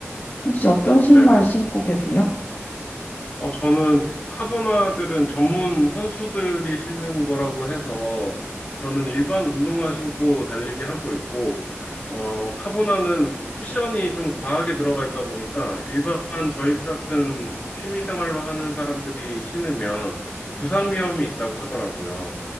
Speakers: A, on the left; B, on the left.
A: 혹시
B: 음,
A: 어떤 신발
B: 네네.
A: 신고 계세요?
B: 어, 저는 카보나들은 전문 선수들이 신는 거라고 해서 저는 일반 운동화 신고 달리기 하고 있고, 어, 카보나는 쿠션이 좀 과하게 들어가 있다 보니까 일반 저희 같은 취미 생활로 하는 사람들이 신으면 부상 위험이 있다고 하더라고요.